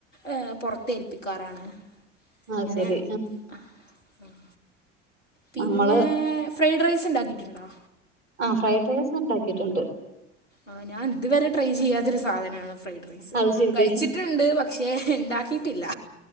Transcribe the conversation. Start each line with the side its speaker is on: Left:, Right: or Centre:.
Left: ഏ പുറത്തേൽപ്പിക്കാറാണ്
Right: ആഹ്
Left: പിന്നെ
Right: ശരി
Left: ആഹ് ഉം പിന്നെ പിന്നെ
Right: നമ്മള്
Left: ഫ്രൈഡ് റൈസ് ഉണ്ടാക്കിയിട്ടുണ്ടോ
Right: ആ ഫ്രൈഡ് റൈസ് ഉണ്ടാക്കിയിട്ടുണ്ട്
Left: ആ ഞാൻതുവരെ ട്രൈ ചെയ്യാത്തൊരു സാധനമാണ് ഫ്രൈഡ് റൈസ്
Right: അത് ശരി
Left: കഴിച്ചിട്ടുണ്ട് പക്ഷേ ഉണ്ടാക്കിയിട്ടില്ല